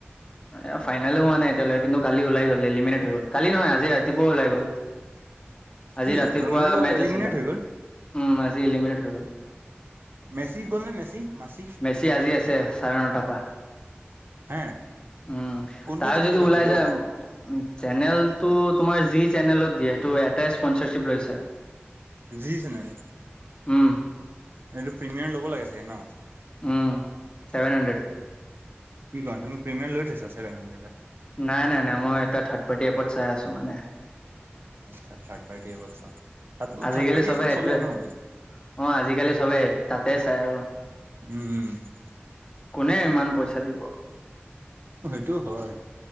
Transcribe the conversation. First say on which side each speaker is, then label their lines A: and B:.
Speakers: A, on the left; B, on the right.
A: এ ফাইনেল হোৱা নাই এতিয়ালৈ কিন্তু কালি ওলাই গ'ল এলিমিনেট হৈ গ'ল, কালি নহয় আজি ৰাতিপুৱা ওলাই গ'ল।
B: কি
A: আজি ৰাতিপুৱা
B: ৰনাল্ডো
A: মেচ
B: এলিমিনেট
A: আছিলে,
B: হৈ গ'ল
A: উম আজি এলিমিনেট হৈ গ'ল।
B: মেছি গ'ল নে মেছি মাচি?
A: মেছি আজি আছে, চাৰে নটাৰ পৰা।
B: হে
A: উম
B: কোনটো
A: তাৰ
B: চেনেলত
A: যদি ওলাই
B: দিয়ে অ
A: যায়, উম চেনেলটো তোমাৰ যি চেনেলত দিয়ে সেইটো এটাই স্পনচাৰশ্বিপ লৈছে।
B: যি চেনেল।
A: উম।
B: সেইটো প্ৰিমিয়াম ল'ব লাগে চাগে ন?
A: উম, চেভেন হাণ্ড্ৰেড।
B: কি কোৱা তুমি প্ৰিমিয়াম লৈ থৈছা ছেভেন হাণ্ড্ৰেডৰ?
A: নাই নাই নাই, মই এটা থাৰ্ড পাৰ্টি এপত চাই আছো মানে।
B: অ' থাৰ্ড থাৰ্ড পাৰ্টি এপট চাওঁ, থাৰ্ড
A: আজিকালি
B: থাৰ্ড পাৰ্টি
A: চবে
B: এপত
A: এইটোৱে
B: চলে ন?
A: অ' আজিকালি চবেই তাতে চাই আৰু।
B: উম
A: কোনে ইমান পইচা দিব?
B: সেইটো হয়।